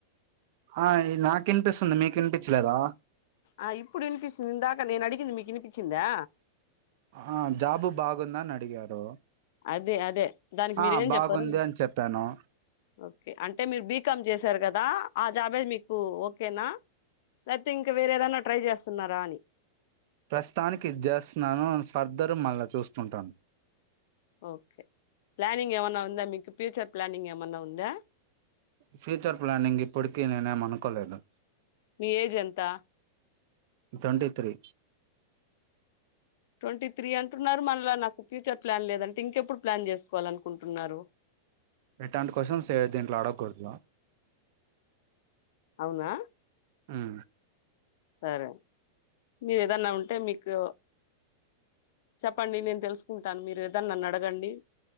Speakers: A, on the right; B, on the left.
A: ఆ నాకు వినిపిస్తుంది మీకు వినిపించలేదా
B: ఆ ఇప్పుడు వినిపిస్తుంది ఇందాకా నేను అడిగింది మీకు వినిపించిందా
A: ఆ జాబు బాగుందని అడిగారు
B: అదే అదే దానికి మీరేం
A: ఆ బాగుంది
B: చెప్పారో
A: అని చెప్పాను
B: ఓకే అంటే మీరు బీ కామ్ చేసారు కదా ఆ జాబే మీకు ఓకేనా లేకపోతే ఇంక వేరేదన్నా ట్రై చేస్తున్నారా అని
A: ప్రస్తుతానికి ఇది చేస్తున్నాను ఫర్దర్ మళ్ళా చూస్తుంటాను
B: ఓకే ప్లానింగ్ ఏమన్నా ఉందా మీకు ఫ్యూచర్ ప్లానింగ్ ఏమన్నా ఉందా
A: ఫ్యూచర్ ప్లానింగ్ ఇప్పటికీ నేనే ము అనుకోలేదు
B: మీ ఏజ్ ఎంత
A: ట్వంటీ త్రీ
B: ట్వంటీ త్రీ అంటున్నారు మన నాకు ఫ్యూచర్ ప్లాన్ లేదంటే ఇంకెప్పుడు ప్లాన్ చేసుకోవాలే అనుకుంటున్నారు
A: ఎట్లాంటి క్వశ్చన్స్ దీంట్లో అడగకూడదు
B: అవునా
A: హు
B: సరే మీరు ఏదన్నా ఉంటే మీకు చెప్పండి నేను తెలుసుకుంటాను మీరు ఏదనా నన్ను అడగండి